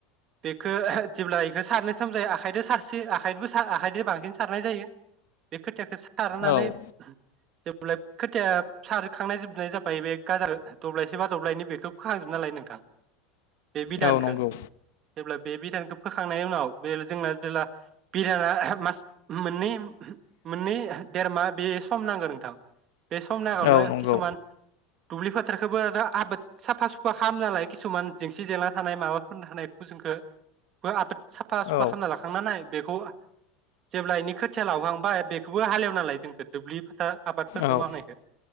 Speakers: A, on the right (about 30°); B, on the left (about 70°).
A: बेखौ जेब्ला बेखौ सारनो थ जायो आखाइजों सारसे आखाइबो आखाइजों बांसिन सारनाय जायो बे खोथियाखो सारनानै
B: औ
A: <unintelligible> खोथिया सारखांनाय जोबनाय जाबाय बे गाजा दब्लायसे बा दब्लायनै बेखौ फोखांजोब नालाय नोंथां बे बिदानखौ
B: औ नंगौ
A: जेब्ला बे बिदानखौ फोखांनायनि उनाव बे जोंना जेब्ला बिदाना मास मोननै मोननै देर मा बे सम नांगौ नोंथां बे सम नागावनो
B: औ नंगौ
A: किसुमान दुब्लि फोथारखोबो आबाद साफा सुफ सुफा खालामना लायो किसुमान जेंसि जेंला थानाय माबा माबा थानाय फोरखो फोरखौबो साफा सुफा
B: औ
A: खालामना लाखांना जेब्ला इनि खोथिया लावहांबाय बेखौबो हालेवना लायो बेफोरखौ दुब्लि फोथार आबादफोरखौ
B: औ
A: मावनायदो